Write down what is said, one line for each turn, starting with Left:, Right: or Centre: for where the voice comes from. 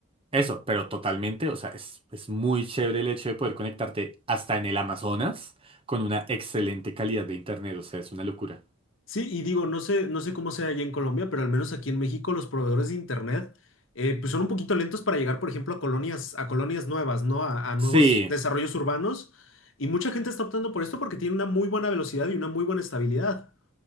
Right: eso, pero totalmente, o sea, es, es muy chévere el hecho de poder conectarte hasta en el Amazonas con una excelente calidad de internet, o sea, es una locura.
Left: Sí, y digo, no sé, no sé cómo sea allá en Colombia, pero al menos aquí en México los proveedores de internet eh, pues son un poquito lentos para llegar, por ejemplo, a colonias, a colonias nuevas, ¿no? A, a nuevos
Right: Sí,
Left: desarrollos urbanos. Y mucha gente está optando por esto porque tiene una muy buena velocidad y una muy buena estabilidad.